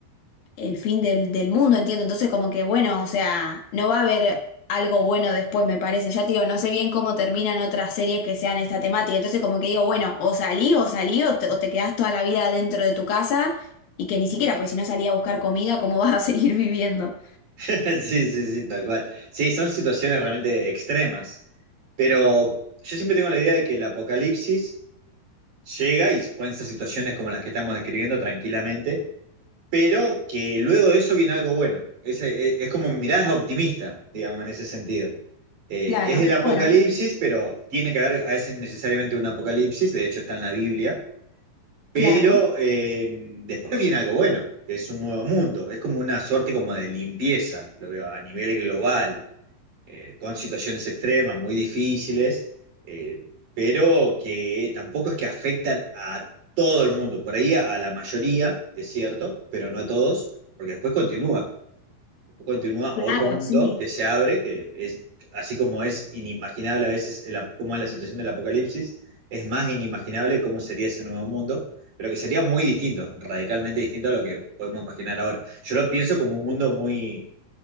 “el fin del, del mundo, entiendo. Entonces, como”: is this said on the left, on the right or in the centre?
Left